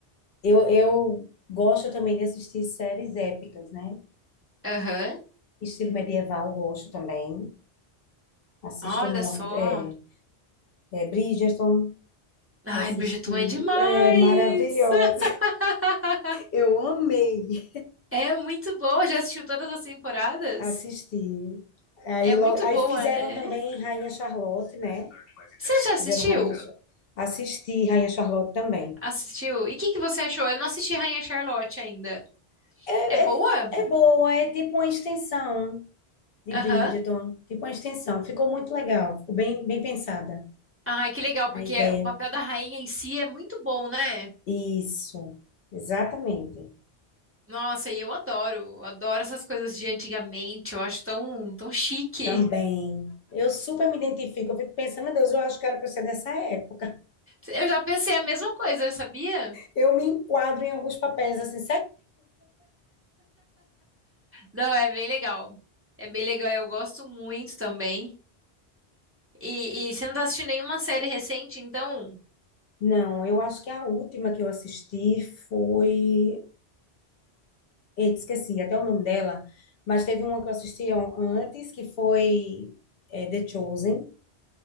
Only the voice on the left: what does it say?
Eu, eu gosto também de assistir séries épicas, né?
Estilo medieval, gosto também. Assisto
muito.
É, é Bridgerton,
assisti.
É maravilhosa.
Eu amei
assistir. Aí,
lo- aí
fizeram
também Rainha Charlotte, né?
Fizeram Rainha, Cha- assisti Rainha Charlotte também.
É,
é, é boa, é tipo uma extensão de
Bridgerton, tipo uma extensão. Ficou muito legal, ficou bem, bem pensada
a
ideia.
Isso, exatamente.
Também. Eu super me identifico, eu fico pensando, meu Deus, eu acho que era pra eu ser dessa época.
Eu me enquadro em alguns papéis assim,
Não, eu acho que a última que eu assisti foi. Eita, esqueci até o nome dela, mas teve uma que eu assisti an- antes, que foi é, The Chosen.